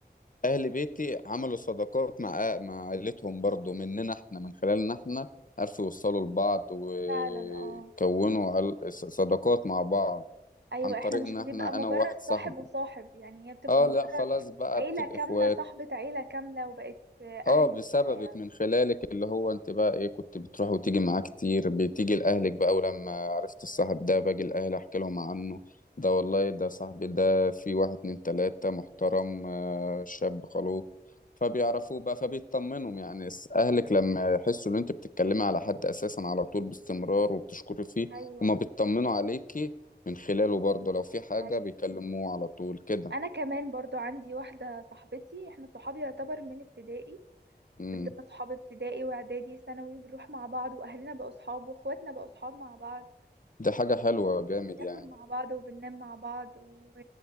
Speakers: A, on the left; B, on the right.
A: اهل بيتي عملوا صداقات مع مع عيلتهم برضو مننا احنا من خلالنا احنا عرفوا يوصلوا لبعض وكونوا
B: فعلا اه
A: عل- صداقات مع بعض
B: ايوه
A: عن طريق
B: احنا مش
A: ان
B: بتبقى
A: احنا
B: مجرد
A: انا وواحد
B: صاحب
A: صاحبي
B: وصاحب يعني هي بتبقى
A: اه
B: مجرد
A: لا خلاص بقى
B: عيلة
A: بتبقى
B: كاملة
A: اخوات
B: صاحبة عيلة كاملة وبقت آه، اهل
A: اه بسببك
B: ليها يعني
A: من خلالك اللي هو انت بقى ايه كنت بتروح وتيجي معاه كتير بتيجي لاهلك بقى ولما عرفت الصاحب ده باجي لاهلي احكي لهم عنه ده والله ده صاحبي ده في واحد اتنين تلاتة محترم شاب خلوق فبيعرفوه بقى فبيطمنهم يعني اس- اهلك لما يحسوا ان انت بتتكلمي على حد اساسا على طول باستمرار وبتشكري فيه
B: ايوه
A: هما بيطمنوا عليكي من خلاله برضه لو في حاجة
B: ايوه
A: بيكلموه على طول كده
B: انا كمان برضو عندي واحده صاحبتي احنا صحابي يعتبر من ابتدائي
A: امم
B: فضلنا صحاب ابتدائي واعدادي ثانوي بنروح مع بعض واهلنا بقوا صحاب واخواتنا بقوا صحاب مع بعض
A: دي حاجة حلوة جامد
B: بناكل
A: يعني
B: مع بعض وبننام مع بعض و...